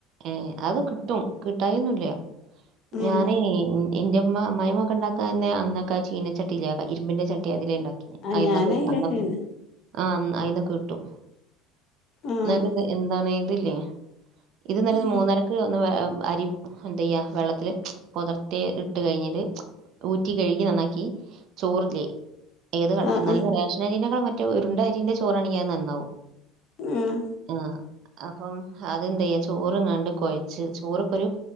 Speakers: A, on the right; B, on the left.
A: ഏ അത് കിട്ടും കിട്ടായിന്നല്ല
B: ഉം
A: ഞാന എന്റെ അമ്മായിയമക്കണ്ടാക്ക ക്കെ തന്നെ അന്നൊക്കെ ചീനച്ചട്ടിയില ഇരുമ്പിന്റെ ചട്ടി അതില ഉണ്ടാക്കിന്നൊക്കെെ
B: ആഹ് ഞാനയിലെന്നേണ്
A: ആ അയിന്നൊ കിട്ടും
B: ആഹ്
A: എന്നട്ട ഇത് എന്താണ് ഇതില്ലേ ഇതന്നേരം
B: ആഹ്
A: മൂന്നരക്ക് ഒന്ന് അരി എന്ത ചെയ്യ വെള്ളത്തില്ൽ പൊതത്തെ ഇട്ട് കഴിഞ്ഞട്ട് ഊറ്റി കഴുകി നന്നാക്കി ചോറിലേ ഏതനല്ല
B: ആഹ്
A: റേഷനരിനകാൾ മറ്റ മറ്റ ഉരുണ്ട അരിന്റെ ചോറണങ്കിയാ നന്നാവും
B: ആഹ്
A: ആ അപ്പം അതെന്ത ചെയ്യാ ചോറ് ഇങ്ങാണ്ട് കൊഴച്ച് ചോറ് ഇപ്പൊ ഒരു ഇ